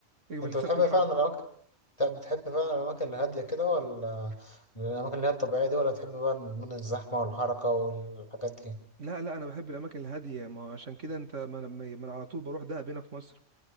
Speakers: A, on the right (about 60°); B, on the left (about 20°).
A: يوم
B: انت
A: السبت
B: بتحب
A: والأحد
B: فعلا الاماكن طب بتحب فعلا الاماكن الهاديه كده ولا الاماكن اللي هي الطبيعيه دي ولا بتحب بقى المدن الزحمه والحركه والحاجات دي
A: لا لا انا بحب الاماكن الهاديه ما هو عشان كده انت ما انا ما أنا على طول بروح دهب هنا في مصر